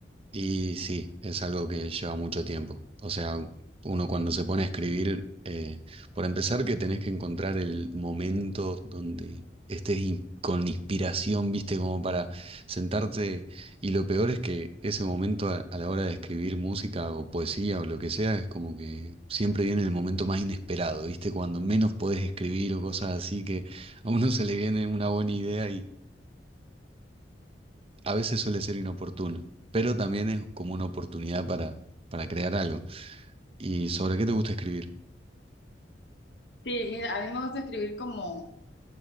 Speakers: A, on the right; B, on the left.
A: Y sí, es algo que lleva mucho tiempo. O sea, uno cuando se pone a escribir, eh, por empezar que tenés que encontrar el momento donde estés in- con inspiración, viste, como para sentarte. Y lo peor es que ese momento a, a la hora de escribir música o poesía o lo que sea, es como que siempre viene el momento más inesperado, viste, cuando menos podés escribir o cosas así que a uno se le viene una buena idea a veces suele ser inoportuno, pero también es como una oportunidad para, para crear algo. ¿Y sobre qué te gusta escribir?
B: Sí, mira, a mí me gusta escribir como